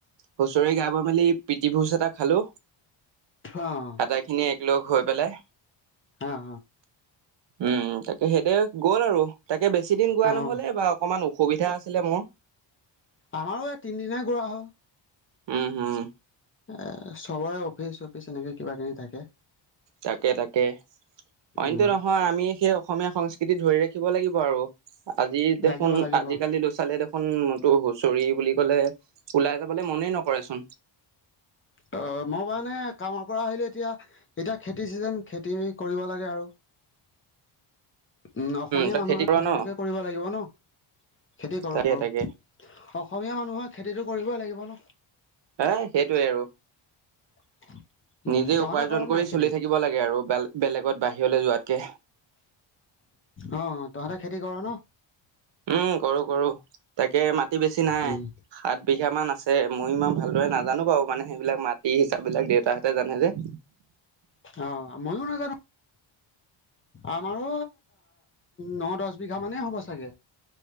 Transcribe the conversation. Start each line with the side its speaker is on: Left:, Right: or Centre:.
Right: হুঁচৰি গাব মেলি ৰাতি ভোজ এটা খালো
Left: অঁ
Right: আটাই খিনি একেলগ হৈ পেলাই।
Left: অঁ
Right: উম তাকে সেইদৰে গ'ল আৰু। তাকে বেছি দিন গোৱা
Left: অঁ
Right: নহ'লে
Left: অঁ
Right: বা অকণমান ওখ- আছিলে মোৰ।
Left: আমাৰো এইয়াত তিনদিনেই গোৱা হ'ল।
Right: উম হুম।
Left: এ চবৰে অফিচ চফিচ এনেকে কিবা কিবি থাকে।
Right: তাকে তাকে অইনটো
Left: উম
Right: নহয় আমি সেই অসমীয়া সংস্কৃতি ধৰি ৰাখিব লাগিব। আৰু আজি দেখোন
Left: লাগিব লাগিব
Right: আজিকালি ল'ৰা ছোৱালীয়ে দেখোন মনতো হুচৰি বুলি ক'লে। ওলাই যাবলে মনেই নকৰে চোন।
Left: অ মই মানে কামৰ পৰা আহিলো এতিয়া এতিয়া খেতি চিজন খেতি কৰিব লাগে আৰু। উম অসমীয়া
Right: তই
Left: মানুহৰ
Right: খেতি কৰ
Left: খেতিটোকে
Right: ন
Left: কৰিব লাগিব ন। খেতি কৰোঁ
Right: তাকে
Left: কৰোঁ
Right: তাকে
Left: অসমীয়া মানুহৰ খেতিটো কৰিবই লাগিব ন।
Right: হ সেইটোৱে আৰু।
Left: <unintelligible>
Right: নিজে
Left: তহঁতে
Right: উপাৰ্জন
Left: কৰ
Right: কৰি
Left: নাই খেতি
Right: চলি থাকিব লাগে আৰু বেলেগত বাহিৰলৈ যোৱাতকে।
Left: অ তহঁতে খেতি কৰ ন।
Right: উম কৰো কৰো তাকে মাটি বেছি নাই।
Left: উম
Right: সাত বিঘা মান আছে মই ইমান ভালদৰে নাজানো বাৰু মানে সেইবিলাক মাটি হিচাপ বিলাক দেউতা হে- ত যানে যে।
Left: অ <unintelligible> আমাৰো ন দহ বিঘা মানেই হ'ব চাগে।